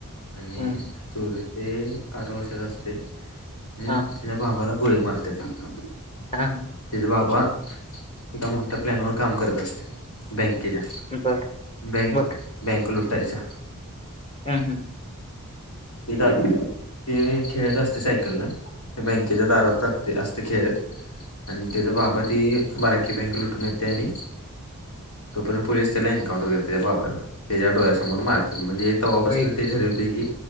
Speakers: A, on the left; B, on the left.
A: आणि
B: हं
A: चोर ते आठ वर्षांचा असते हम्
B: हा
A: तिच्या बाबाला गोळी मारत्यात. <inaudible>
B: हा
A: तेचा बाबा एका मोठ्या प्लॅन वर काम करत असते. बँकेच्या,
B: बर
A: बक
B: बर
A: बँक लुटायच्या.
B: हम हम.
A: ते काय, ते खेळत असते सायकलला ते बँकेच्या दारात जात. ते असते खेळत आणि त्याचा बाबा ती ही बारकी बँक लुटून येते आणि. तोपर्यंत पोलीस त्याला एन्उटर करते त्या बाबला त्याच्या डोळ्यासमोर मारते म्हणजे. तवा्हा बसून
B: होय की
A: ते ठरवते की